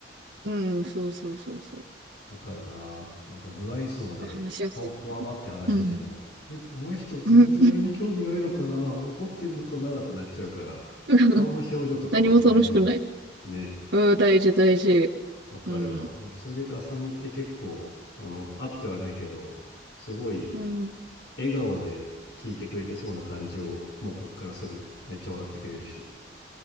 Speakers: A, on the right; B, on the left.
A: うん、そうそうそうそう。
B: わかるな。なんか、無愛想で顔こわばって話してても、
A: が話しやすいかな。うん。
B: え、この人全然俺に興味ないのかな怒ってんのかなってなっちゃうから、
A: うん。<laughs>
B: 顔の表情とかマジ大事よね。
A: 何も楽しくない。
B: ね。
A: うん、大事大事。
B: わかるわ。
A: うん。
B: なんか、それで言うと、浅見って結構、あの、会ってはないけど、すごい
A: うん。
B: 笑顔で聞いてくれてそうな感じを、もうこっからする。めっちゃ笑ってくれるし。